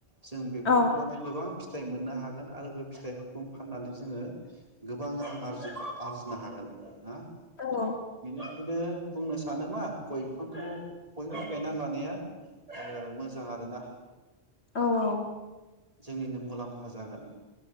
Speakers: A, on the right (about 35°); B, on the left (about 75°).
A: जों बेफोरनिफ्रायनो
B: औ
A: गोबां फिथ थाइ मोननो हागोन आरो बे फिथाइफोरखौनो फाननानै जोङो गोबां रां आरजि आरजिनो हागोन ना?
B: औ
A: बिनो इदिनो बुंनो सानो बा गय बिफांखौ बयबो गायना लानाया ओ मोजां आरोना
B: औ औ
A: जोंनिनो मुलाम्फा जागोन।